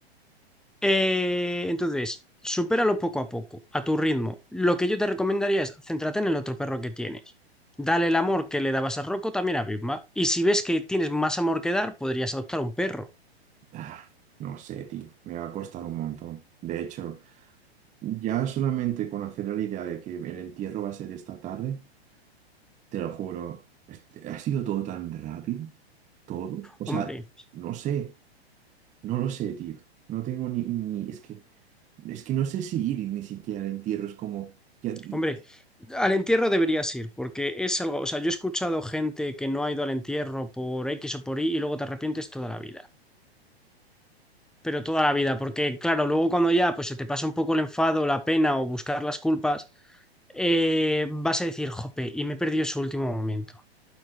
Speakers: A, in the centre; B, on the right.
A: Eh, entonces, supéralo poco a poco, a tu ritmo. Lo que yo te recomendaría es céntrate en el otro perro que tienes. Dale el amor que le dabas a Rocco también a Vilma. Y si ves que tienes más amor que dar, podrías adoptar un perro.
B: <sighs> ah, no sé, tío, me va a costar un montón. De hecho... Ya solamente con hacer la idea de que el entierro va a ser esta tarde, te lo juro, este, ha sido todo tan rápido, todo. O sea,
A: Hombre,
B: no sé, no lo sé, tío. No tengo ni, ni- es que, es que no sé si ir y ni siquiera al entierro es como, ya- y-
A: hombre, al entierro deberías ir, porque es algo, o sea, yo he escuchado gente que no ha ido al entierro por X o por Y y luego te arrepientes toda la vida. pero toda la vida, porque claro, luego cuando ya pues se te pasa un poco el enfado, la pena o buscar las culpas, eh, vas a decir, jope, y me he perdido ese último momento.